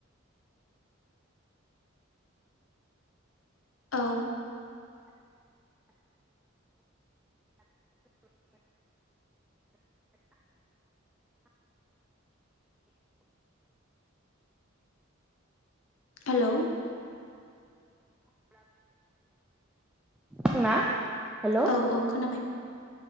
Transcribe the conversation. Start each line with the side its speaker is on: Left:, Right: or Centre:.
Left: औ हेलौ
Centre: दों ना? हेलौ
Left: औ औ खोनाबाय।